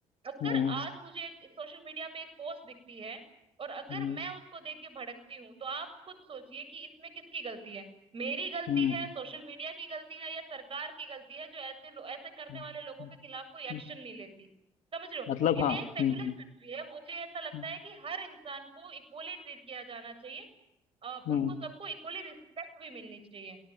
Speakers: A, on the right; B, on the left.
A: अगर
B: हम्म,
A: आज मुझे सोशल मीडिया पे एक पोस्ट दिखती है और अगर
B: हम्म,
A: मैं उसको देख के भड़कती हूँ तो आप खुद सोचिए कि इसमें किसकी गलती है मेरी गलती
B: हम्म
A: है सोशल मीडिया की गलती है या सरकार की गलती है जो ऐसे लो, ऐसे करने
B: हम्म,
A: वाले लोगों के खिलाफ कोई एक्शन
B: हम्म,
A: नहीं लेती समझ रहे हो
B: मतलब
A: इंडिया
B: हाँ
A: एक सेक्युलर
B: हम्म
A: कंट्री है मुझे ऐसा लगता
B: हम्म,
A: है कि हर इंसान को इक्वली ट्रीट किया जाना चाहिए अ,
B: हम्म,
A: उनको सबको इक्वली रिस्पेक्ट भी मिलनी चाहिए